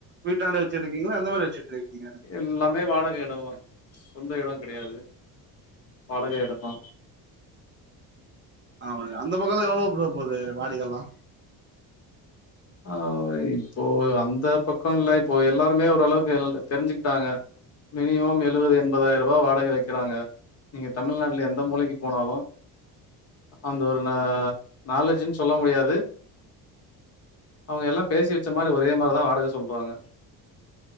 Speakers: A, on the right (about 30°); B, on the left (about 40°).
A: வீட்டாண்ட வெச்சிருக்கீங்ளா எந்த மாரி வெச்சுட் ருக்கீங்க
B: எல்லாமே வாடக எடோந்தா சொந்த எடோ கெடையாது வாடக எடோந்தா
A: ஆமாடி அந்த பக்கோலா எவ்ளோ ப்ரோ போது வாடிகெல்லா
B: அ இப்போ அந்த பக்கோஇல்ல இப்போ எல்லாருமே ஓரளவுக்கு தெரிஞ்சுக்ட்டாங்க மினிமம் எழுவது எண்பதாயருபா வாடக வக்கிறாங்க நீங்க தமிழ்நாட்ல எந்த மூலக்கி போனாலு அந்த ஒரு ந நாலேஜின் சொல்ல முடியாது அவுங்க எல்லா பேசி வெச்ச மாரி ஒரே மாரிதா வாடக சொல்றாங்க